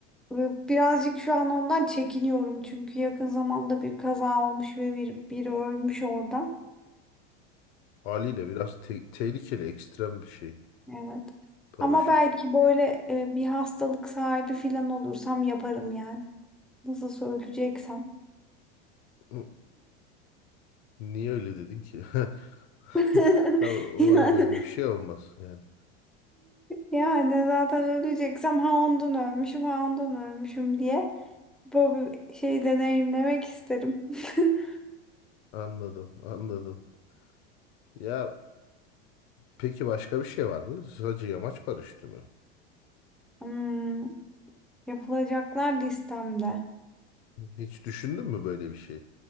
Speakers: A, in the centre; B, on the left (about 70°).
A: e, birazcık şu an ondan çekiniyorum. Çünkü yakın zamanda bir kaza olmuş ve bir, biri ölmüş orada.
B: Haliyle biraz te- tehlikeli, ekstrem bir şey.
A: Evet.
B: Paraşüt.
A: Ama belki böyle e, bir hastalık sahibi falan olursam yaparım yani. Nasıl söyleyeceksem.
B: Hı, Niye öyle dedin ki? <laughs>
A: <laughs>
B: Tabii umarım
A: Yani
B: öyle bir şey olmaz yani.
A: Yani zaten öleceksem ha ondan ölmüşüm ha ondan ölmüşüm diye. Bu şeyi deneyimlemek isterim. <laughs>
B: Anladım, anladım. Ya peki başka bir şey var mı? Sadece yamaç paraşütü mü?
A: Hmm, yapılacaklar listemde.
B: Hiç düşündün mü böyle bir şey?